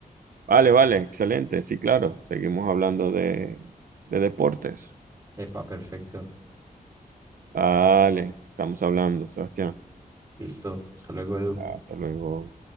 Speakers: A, on the right; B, on the right.
A: Vale, vale, excelente. Sí, claro. Seguimos hablando de, de deportes.
B: Epa, perfecto.
A: Vale, estamos hablando, Sebastián.
B: Listo. Hasta luego, Edu.
A: Hasta luego.